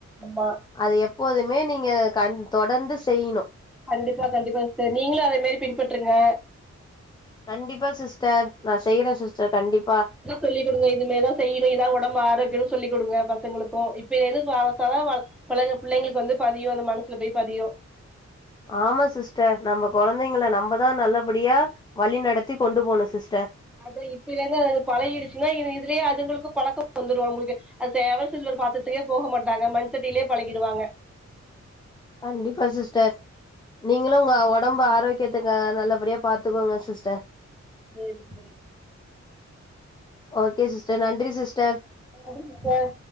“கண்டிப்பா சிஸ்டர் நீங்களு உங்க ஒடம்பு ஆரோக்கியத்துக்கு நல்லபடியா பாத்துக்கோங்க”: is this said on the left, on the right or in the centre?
Left